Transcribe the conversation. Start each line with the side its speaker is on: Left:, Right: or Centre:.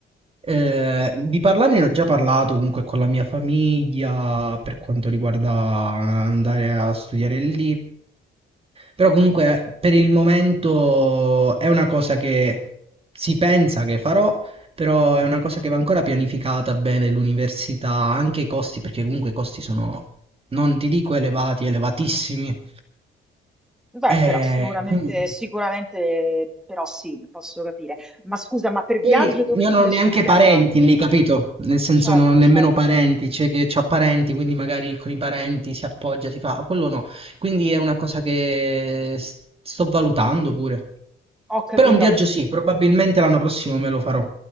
Right: Eh, di parlare ne ho già parlato comunque con la mia famiglia per quanto riguarda andare a studiare lì, però comunque per il momento è una cosa che si pensa che farò. Però è una cosa che va ancora pianificata bene l'università, anche i costi, perché comunque i costi sono non ti dico elevati, elevatissimi.
Centre: Beh,
Right: Eh,
Centre: però sicuramente,
Right: quindi...
Centre: sicuramente, però sì, posso capire. Ma scusa, ma per viaggio
Right: Poi,
Centre: dove
Right: Io
Centre: ti
Right: non
Centre: piacerebbe
Right: ho neanche parenti
Centre: andare?
Right: lì, capito? Nel senso
Centre: Certo,
Right: non ho nemmeno
Centre: certo,
Right: parenti, c'è chi ha parenti, quindi magari con i parenti si appoggia, si fa, quello no. Quindi è una cosa che s- sto valutando pure.
Centre: ho capito.
Right: Però un viaggio sì, probabilmente l'anno prossimo me lo farò.